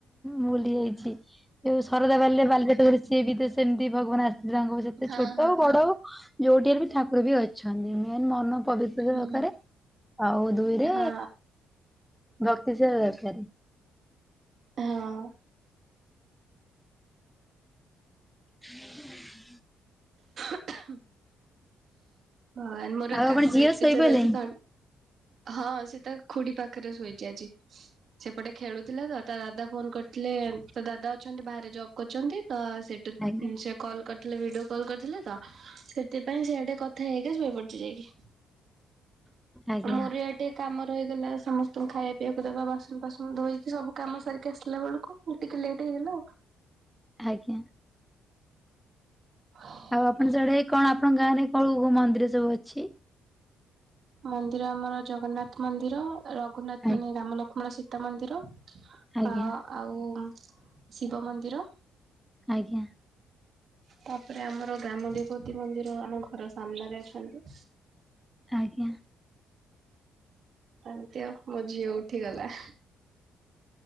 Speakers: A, in the centre; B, on the right (about 55°).
A: ଭୁଲି ଯାଇଚି। ଯ ଶରଦା ବାଲିରେ ବାଲିଯାତରେ ସିଏ ବି ତ ସେମିତି ଭଗବାନ ଆସିଥିଲେ ତାଙ୍କ ଯେତେ
B: ହଁ
A: ଛୋଟଉ
B: ହଁ
A: ବଡଉ
B: ହଁ
A: ଯୋଉଠି ହେଲେ ବି ଠାକୁର ବି ଅଛନ୍ତି ମେନ୍ ମନ ପବି ଦରକାରରେ
B: ହୁଁ।
A: ଆଉ ଦୁଇରେ
B: ହଁ
A: ଭକ୍ତି ଥିବା ଦରକାର।
B: ହଁ।
A: <inaudible>
B: <unintelligible> ହଁ, ଆନ ମୋର
A: ଆଉ
B: କାଶ
A: ଆପଣ ଝିଅ
B: ଏତେ
A: ଶୋଇପଇଲେଣି?
B: ଜୋରେ ହୋଉଛି ଥଣ୍ଡା ହଁ, ସେ ତା ଖୁଡି ପାଖରେ ଶୋଇଛି ଆଜି। ସେପଟେ ଖେଳୁଥିଲା ତ ତା ଦାଦା ଫୋନ କରିଥିଲେ ତା ଦାଦା ଅଛନ୍ତି ବାହାରେ ଜବ୍ କରିଛନ୍ତି, ତ ସେଠ
A: ଆଜ୍ଞା
B: ସେ କଲ୍ କରିଥିଲେ ଭିଡିଓ କଲ୍ କରିଥିଲେ ତ ସେଥିପାଇଁ ସିଆଡେ କ ଥା ହେଇକା ଶୋଇ ପଡଛି ଯାଇକି
A: ଆଜ୍ଞା
B: ମୋର ୟା ଟିକେ କାମ ରହିଗଲା ସମସ୍ତଙ୍କୁ ଖାଇବା ପିଇଆକୁ ଦବା, ବାସନ ଫାସନ ଧୋଇକି ସବୁ କାମ ସାରିକି ଆସିଲା ବେଳକୁ। ଟିକେ ଲେଟ୍ ହେଇଗଲା।
A: ଆଜ୍ଞା।
B: <inaudible>
A: ଆଉ ଆପଣ ସେଆଡେ କଣ ଆପଣଙ୍କ ଗାଁ ରେ କଉ କଉ ମନ୍ଦିର ସବୁ ଅଛି?
B: ମନ୍ଦିର ଆମର ଜଗନ୍ନାଥ ମନ୍ଦିର, ରଘୁନାଥ,
A: ଆଜ୍ଞା
B: ମାନେ ରାମ ଲକ୍ଷ୍ମଣ ସୀ ତା ମନ୍ଦିର,
A: ଆଜ୍ଞା
B: ଆ ଆଉ ଶିବ ମନ୍ଦିର।
A: ଆଜ୍ଞା।
B: ତାପରେ ଆମର ଗ୍ରାମ ଦେବତୀ ମନ୍ଦିର ଆମ ଘର ସାମ୍ନାରେ ଅଛନ୍ତି।
A: ଆଜ୍ଞା।
B: ଏମିତି ଆଉ ମୋ ଝିଅ ଉଠିଗଲା।